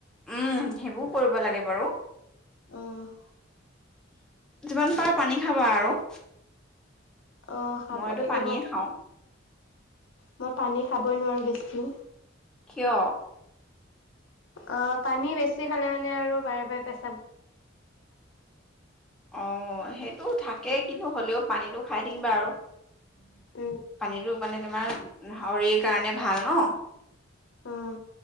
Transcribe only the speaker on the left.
আহ
অ খাব
লাগিব
মই পানী খাবই নোৱাৰো বেছি হ্ল
অ পানী বেছি খালে মানে আৰু বাৰে বাৰে পে
উম
উম